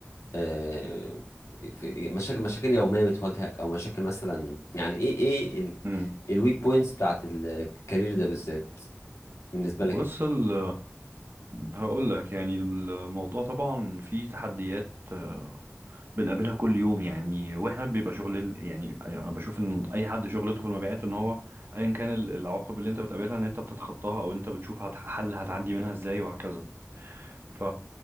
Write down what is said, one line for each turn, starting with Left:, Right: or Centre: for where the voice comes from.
Left: آه، في- مشاكل مشاكل يومية بتواجهك او مشاكل مثلا يعني ايه ايه ال...
Right: امم
Left: الويك بوينتس بتاعت الكارير ده بالذات بالنسبة لك
Right: بص
Left: انت
Right: ال هقول لك يعني الموضوع طبعا فيه تحديات آه، بنقابلها كل يوم يعني واحنا بيبقى شغل يعني انا بشوف ان اي حد شغلته في المبيعات ان هو ايا كان ال- العواقب اللي انت بتقابلها ان انت بتتخطاها او انت بتشوف هت- حل هتعدي منها ازاي وهكذا ف...